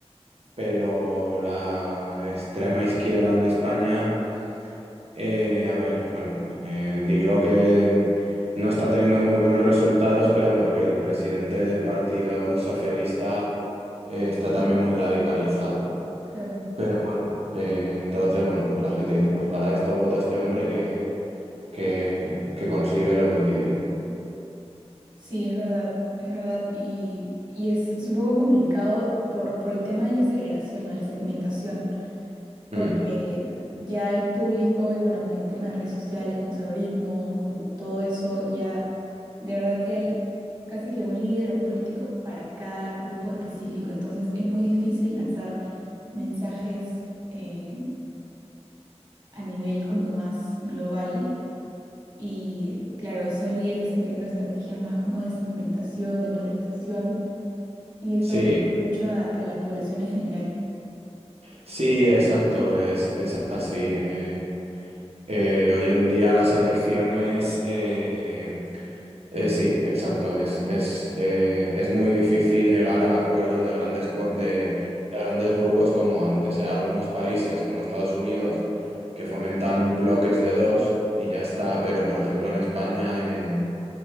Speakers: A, on the right; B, on the right.
A: pero la extrema izquierda en España, eh, a ver, bueno, eh, digo que no está teniendo muy buenos resultados, pero porque el presidente del Partido Socialista eh, está
B: ujú,
A: también muy radicalizado.
B: claro.
A: Pero eh, entonces, bueno, pues la gente dice, pues para esto vota este hombre que, que, que consigue lo que quiere.
B: Sí, es verdad, es verdad. Y, y es, es un poco complicado por, por el tema de la segregación, ¿no? La segmentación, porque
A: Mm.
B: ya el público, y bueno, con el tema de redes sociales, con los algoritmos, con todo eso, ya de verdad que hay casi que un líder o un político para cada grupo específico. Entonces es muy difícil lanzar mensajes eh, a nivel como más global. Y claro, esos líderes están teniendo estrategias más como de segmentación, de polarización y eso
A: Sí,
B: afecta mucho a, a la población en general.
A: sí, exacto, es, es así. eh. Eh, hoy en día las elecciones eh, Eh, sí, exacto. Es, es, eh, es muy difícil llegar a acuerdos de grandes, cua- de, de grandes grupos como antes. Hay algunos países como Estados Unidos que fomentan bloques de dos y ya está, pero por ejemplo en España eh,